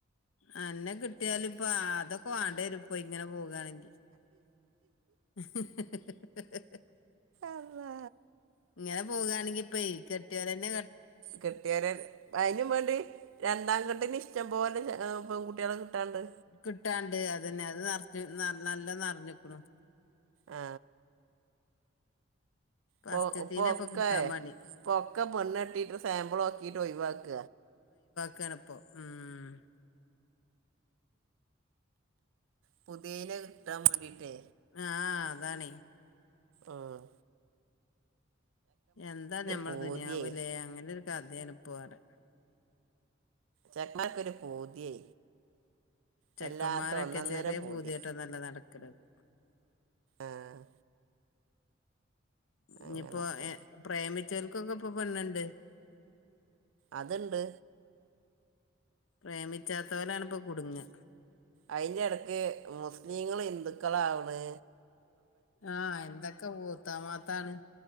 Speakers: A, on the left; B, on the right.
A: ആ എന്നാക്കിട് കുത്തിയാലിപ്പ അതൊക്കെ അടെ രും ഇപ്പോ ഇങ്ങനെ പോകുകണെങ്കി ഇഹി <unintelligible>
B: അല്ലാ.
A: ങ്ങനെ പോകയാണെങ്കി ഇപ്പീ കെട്ടിയോനെ ന്നെ
B: കെട്ടിയരെ അതിന് വേണ്ടി രണ്ടാം കെട്ടിനിഷ് ഇഷ്ടം പോലെ പെൺകുട്ടികളെ കിട്ടാണ്ട്
A: കിട്ടാണ്ട് അതന്നെ അത് നിറഞ്ഞു നല്ല നല്ലന്ന് അറിഞ്ഞിപ്പഴൊ
B: ആ
A: ഫസ്റ്റ്ത്തീനെ
B: പൊ പൊക്കയെ
A: ഇപ്പൊ കിട്ടാൻ പണി
B: പൊക്ക പെണ്ണ ട്ടീട്ടെ സാമ്പിൾ നോക്കിട്ട് ഒഴയി വാക്ക
A: കറപ്പോ ആ ഹ്
B: പുതീന കിട്ടാൻ വേണ്ടീട്ടേ
A: ആഹ് ആഹ് അതാണെ
B: ആഹ്
A: എന്താ ഞമ്മദുനിയാവിലെ
B: പൂതിയേ
A: അങ്ങനൊരു- ചർദ്യേനി ഇപവടെ
B: ചെക്കാക്കൊരു പൂതിയേ
A: ചെക്കന്മാരൊക്കെ
B: വല്ലാത്ത ഒന്നൊന്നര
A: ചെറിയ
B: പൂതി
A: പൂതിയായിട്ടൊന്നല്ല നടക്ണത്.
B: ആഹ്
A: ഇതിപ്പോ
B: അങ്ങനൊക്കെ
A: ഏഹ് പ്രേമി ചെലൽക്കൊക്കപ്പം പെണ്ണ് ണ്ട്.
B: അത് ണ്ട്.
A: പ്രേമിച്ചാത്തോലാണിപ്പൊ കുടുങ്ങാ
B: അയിന്റെ എടക്ക് മുസ്ലിങ്ങള് ഹിന്ദുക്കളാവ്ണ്.
A: ആഹ് എന്തൊക്കെ ഊത്താമാത്താണ്.